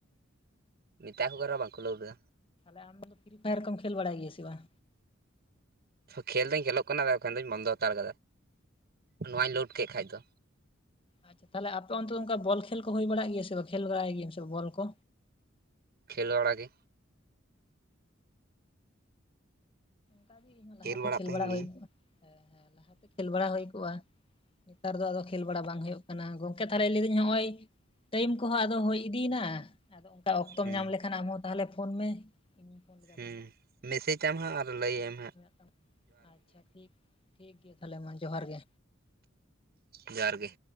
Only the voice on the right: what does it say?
ᱢᱮᱛᱟ ᱠᱚ ᱠᱟᱱ ᱨᱮᱦᱚᱸ ᱵᱟᱝᱠᱚ ᱞᱳᱰ ᱫᱟ
ᱠᱷᱮᱞ ᱫᱚᱧ ᱠᱷᱮᱞᱳᱜ ᱠᱟᱱᱟ ᱟᱫᱚ ᱮᱠᱷᱚᱱ ᱫᱚᱧ ᱵᱚᱱᱫᱚ ᱦᱟᱛᱟᱲ ᱠᱟᱫᱟ ᱱᱚᱣᱟᱧ ᱞᱳᱰ ᱠᱮᱜ ᱠᱷᱟᱡ ᱫᱚ
ᱠᱷᱮᱞ ᱵᱟᱲᱟᱜᱮ
ᱵᱟᱲᱟᱜ
ᱛᱟᱦᱮᱱ
ᱜᱤᱧ
ᱦᱩᱸ
ᱦᱮᱸ ᱢᱮᱥᱮᱡ ᱟᱢ ᱦᱟᱸᱜ ᱟᱨ ᱞᱟᱹᱭᱮᱢ
ᱡᱚᱦᱟᱨ ᱜᱮ